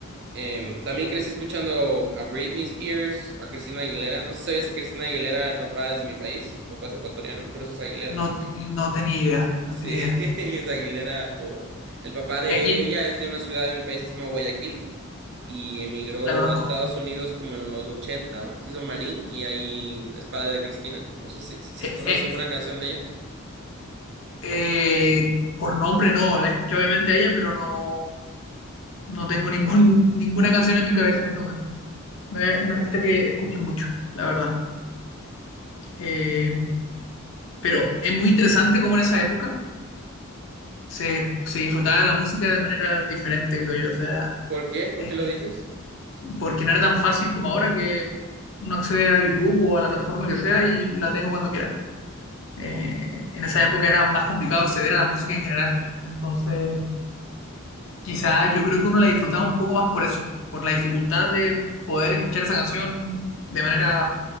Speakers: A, on the right; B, on the left.
A: Em, también crecí escuchando a Britney Spears, a Cristina Aguilera. No sé si sabías que Cristina Aguilera, era el papá es de mi país, el papá es ecuatoriano, por eso es Aguilera.
B: no, no tenía idea. No
A: Sí,
B: tenía
A: <laughs>
B: idea.
A: ella es Aguilera por... El papá de
B: Eh,
A: ella
B: y-
A: es de una ciudad de mi país que se llama Guayaquil y emigró
B: la conozco.
A: a Estados Unidos como en los ochenta se hizo marín y ahí es padre de Cristina. No sé si, si,
B: Eh,
A: si conoces
B: eh,
A: alguna canción de ella.
B: eh, por nombre no. La he escuchado obviamente a ella, pero no, no tengo ningún, <laughs> ninguna canción en mi cabeza en este momento. No es un artista que escuche mucho, la verdad. Eh, pero es muy interesante cómo en esa época se, se disfrutaba de la música de manera diferente, creo yo. O sea.
A: ¿Por qué? ¿Por
B: eh,
A: qué lo dices?
B: porque no era tan fácil como ahora que uno accede a YouTube o a la plataforma que sea y la tengo cuando quiera. Eh, en esa época era más complicado acceder a la música en general. Entonces, quizá yo creo que uno la disfrutaba un poco más por eso, por la dificultad de poder escuchar esa canción de manera